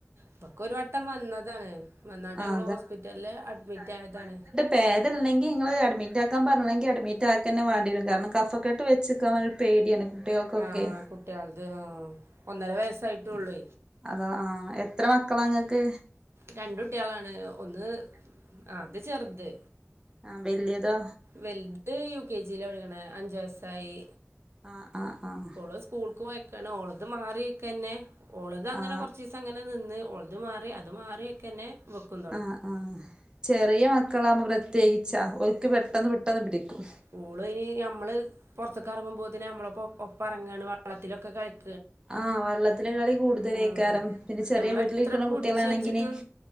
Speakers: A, on the right; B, on the right.
A: ഇബക്കെരു വട്ടം വന്നതാണ് ന്നട്ട്
B: ആഹ്
A: നങ്ങള് ഹോസ്പിറ്റലില് അഡ്മിറ്റ് ആയതാണ്
B: പേദല്ലെങ്കിൽ ങ്ങള് അഡ്മിറ്റാക്കാൻ പറഞ്ഞെങ്കി അഡ്മിറ്റാക്കന്നെ വേണ്ടി വരും കാരണം കഫക്കെട്ട് വെക്കൻ ഒരു പേടിയാണ് കുട്ടികൾക്കൊക്കെ
A: ആഹ് കുട്ട്യാളത് ആഹ് ഒന്നര വയസ്സായിട്ടൊള്ളൂ
B: അതാ ആഹ് എത്ര മക്കളാ ങ്ങക്ക്
A: രണ്ടുട്ടിയാളാണ് ഒന്ന് ആഹ് ത് ചെറ്ത്
B: ആഹ് വെല്ല്യതൊ
A: വെൽത് യു കെ ജി ലാ പടിക്ക്ണ് അഞ്ച് വയസ്സായി
B: ആഹ് ആഹ് ആഹ്
A: പ്പോ സ്കൂൾക്ക് പോയക്കാണ് ഓളത് മാറിയെക്കന്നെ ഓളതങ്ങനെ
B: ആ
A: കൊറച്ചീസ അങ്ങനെ നിന്ന് ഓളതു മാറി അത് മാറി തന്നെ വെക്കും
B: ആഹ് ആഹ് ചെറിയ മക്കളാകുമ്പോ പ്രത്യേകിച്ചാ ഓൽക്ക് പെട്ടെന്ന് പെട്ടെന്ന് പിടിക്കും
A: ഓളയിന് നമ്മള് പുറത്തക്ക ഇറങ്ങുമ്പോത്തിന് നമ്മളപ്പൊ ഒപ്പറങ്ങാണ് വെള്ളത്തിലൊക്കെ കൾച്ചാ
B: ആഹ് വെള്ളത്തില് കളി കൂടുതലേക്കാരം
A: ആഹ്
B: പിന്നെ ചെറിയ
A: ഞമ്മളെത്ര
B: വീട്ടിൽ ഇരിക്ക്ണ
A: പുടിച്ച്
B: കുട്ട്യാളാണെങ്കില്
A: വെച്ചിട്ടും